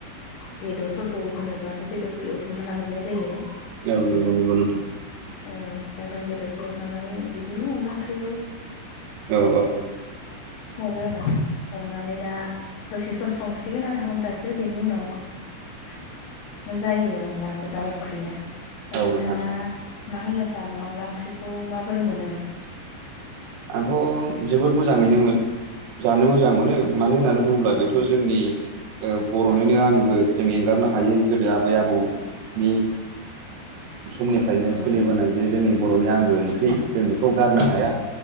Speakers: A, on the left (about 75°); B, on the right (about 85°).
A: बेदरफोरखौ होनोबाथ' बेदरखौ एवफ्रामना लाग्रोनाय जायो।
B: औ नंगौ नंगौ नोंथां।
A: औ दा जों बेदरखौ एवफ्राननानै बिदिनो अनला ओंख्रियाव
B: औ
A: हरो आरो हरनानै दा दसे सम संसिगोन आधा घन्टासो बेनि उनाव जायो अनलाजों दाउ ओंख्रिया।
B: औ
A: दा नोंथाङा
B: नोंथां
A: मा होननो सानो अनला ओंख्रिखौ माबोरै मोनो?
B: आंथ' जोबोद मोजाङैनो मोन जानो मोजां मोनो। मानो होननानै बुङोब्ला
A: औ
B: बेथ' जोंनि ओ बर'निनो आंगो जों एंगारनो हायै गोदो आब बै आबौनि समनिफ्रायनो
A: औ
B: सोलिबोनाय बे जोंनि बर'नि आंगो ओंख्रि जों बेखौ गारनो
A: औ
B: हाया।